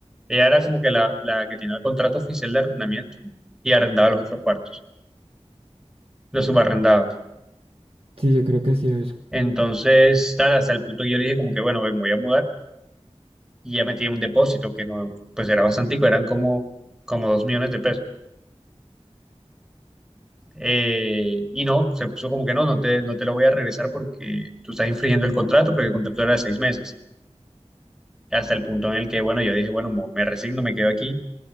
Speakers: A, in the centre; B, on the right (about 55°).
A: ella era como que la, la que tenía el contrato oficial de arrendamiento y arrendaba los otros cuartos, los subarrendaba.
B: Sí, yo creo que así es.
A: Entonces, tal, hasta el punto que yo le dije como que, bueno, me voy a mudar y ya metí un depósito que no, pues era bastante, eran como, como dos millones de pesos. Eh, y no, se puso como que no, no te, no te lo voy a regresar porque tú estás infringiendo el contrato, porque el contrato era de seis meses. Hasta el punto en el que, bueno, yo dije, bueno, mo- me resigno, me quedo aquí,